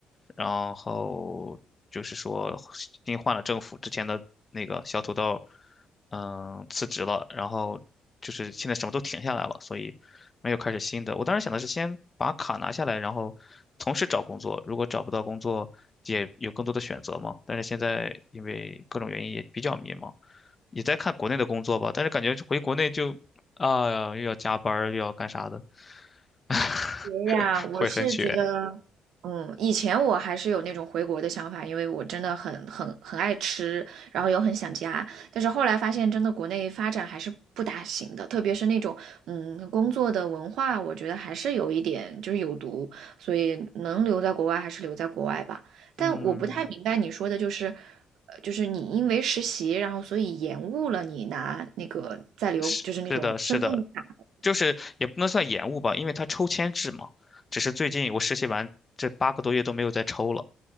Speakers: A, on the left; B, on the right.
A: 然后就是说新换了政府，之前的那个小土豆，嗯，辞职了，然后就是现在什么都停下来了，所以没有开始新的。我当时想的是先把卡拿下来，然后同时找工作，如果找不到工作，也有更多的选择嘛。但是现在因为各种原因也比较迷茫，也在看国内的工作吧，但是感觉回国内就啊，又要加班儿又要干啥的，<laughs>
B: 哎呀，我是觉得，
A: 会很卷。
B: 嗯，以前我还是有那种回国的想法，因为我真的很很很爱吃，然后又很想家。但是后来发现，真的国内发展还是不大行的，特别是那种，嗯，工作的文化，我觉得还是有一点就是有毒，所以能留在国外还是留在国外吧。但我不太明白你说的就是，
A: 嗯，
B: 呃，就是你因为实习，然后所以延误了你拿那个在留，
A: 是的，
B: 就是那种身份卡，
A: 是的，就是也不能算延误吧，因为它抽签制嘛。只是最近我实习完这八个多月都没有再抽了，